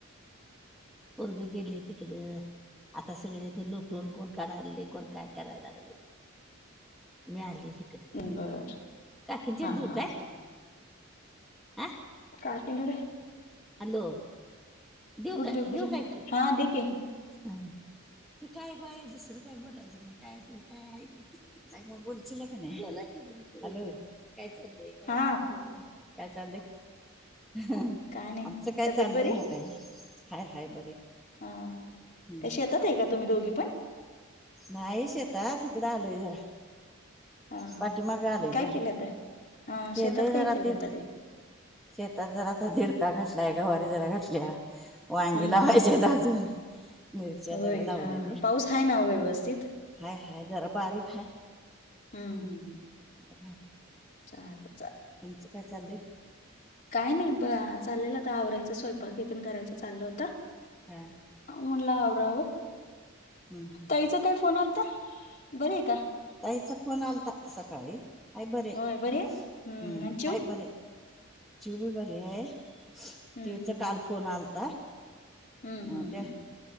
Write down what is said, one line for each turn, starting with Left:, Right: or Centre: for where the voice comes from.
Centre: पुरगं गेले तिकडं आता सगळे द लोटून कोण काढायले कोण काय करायला लागले मी आली इकडे
Left: बर
Centre: काकीन
Left: हा
Centre: चड देऊ
Left: हा
Centre: काय
Left: हा.
Centre: हा
Left: काटन
Centre: हॅलो देव
Left: उद्योगपती
Centre: काय देव काय
Left: हा देखे
Centre: हा ते काय गय बसर काय बोलायचं नाही काय त काय आहे किती काय मग बोलच काी नाहीला क हॅलो काय चाललंय काही
Left: हा
Centre: नाही काय चाललंय
Left: काय नाही
Centre: आमचं काय
Left: तब्येत
Centre: चाललंय
Left: बरी?
Centre: काही हाय हय बरे
Left: हा
Centre: हं.
Left: तशी येतात आहे का तुम्ही दोघी पण
Centre: नाही शेत तिकडें आलोय जरा
Left: हा हा.
Centre: पाठीमाग आलोय
Left: काय
Centre: तरर
Left: केलं आता? हा
Centre: केले
Left: शेतात काय
Centre: जरा
Left: केले
Centre: ते
Left: आता
Centre: शेतात जरा आता दिडका घटलाय गवारी जरा घटल्या वांगी
Left: हम्म
Centre: लावायचे
Left: हम्म हम्म.
Centre: अजून मिरच्या
Left: होय
Centre: जरा लावल्या
Left: हा
Centre: ते
Left: पाऊस आहे ना व्यवस्थित?
Centre: हाय हाय जरा बारीक हाय
Left: हं हं ह
Centre: तर बर
Left: चा चाल
Centre: तुमचं काय चालय
Left: काय नाही ब चाललेलं आता आवरायचं स्वयंपाकेतन करायचं चाललं होतं
Centre: हम्
Left: म्हणलावरावर
Centre: हम्म
Left: ताईचा काय फोन आलता बर का
Centre: ताईचा फोन आलता सकाळी हाय बरे
Left: होय बरी आहे
Centre: हम्म
Left: आणि चिऊ
Centre: हाय बरे ज्यव बी बरी आहे ज्यवचा
Left: हम्म हम्म
Centre: काल फोन आलता
Left: हम्म
Centre: अ
Left: हम्म
Centre: त्या
Left: हम्म हम्म